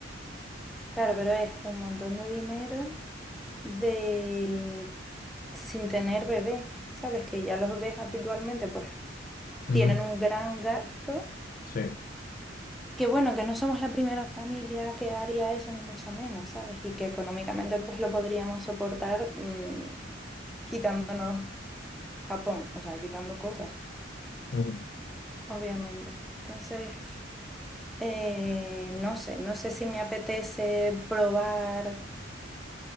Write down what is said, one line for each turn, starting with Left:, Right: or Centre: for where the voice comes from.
Centre: Claro, pero es un montón de dinero de sin tener bebé. Sabes que ya los bebés habitualmente pues
Left: Ujú,
Centre: tienen un gran gasto.
Left: Sí,
Centre: Que bueno, que no somos la primera familia que haría eso, ni mucho menos, ¿sabes? Y que económicamente pues lo podríamos soportar mm, quitándonos Japón, o sea, quitando cosas,
Left: ujú.
Centre: obviamente. Entonces, eh, no sé, no sé si me apetece probar.